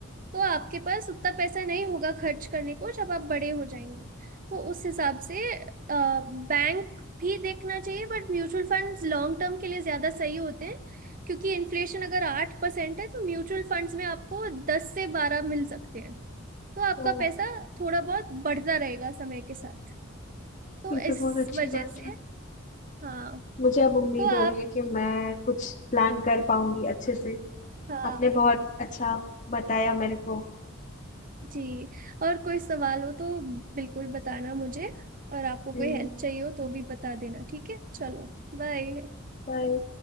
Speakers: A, on the right; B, on the left.
A: तो आपके पास उतना पैसा नहीं होगा खर्च करने को जब आप बड़े हो जाएंगे तो उस हिसाब से बैंक भी देखना चाहिए but mutual funds long term के लिए ज्यादा सही होते हैं क्योंकि इन्फ्लेशन अगर आठ परसेंट है तो म्यूचुअल फंड्स में आपको दस से बारह मिल सकते हैं तो आपका
B: ओ
A: पैसा थोड़ा बहुत बढ़ता रहेगा समय के साथ तो
B: ये तो
A: इस
B: बहुत अच्छी
A: वजह
B: बात
A: से
B: है
A: हाँ
B: मुझे अब उम्मीद
A: तो आप
B: हो रही है कि मैं कुछ प्लान कर पाऊंगी अच्छे से
A: हाँ
B: आपने बहुत अच्छा बताया मेरे को
A: जी और कोई सवाल हो तो बिल्कुल बताना मुझे और आपको कोई
B: हम्म
A: हेल्प चाहिए हो तो भी बता देना ठीक है चलो बाय
B: बाय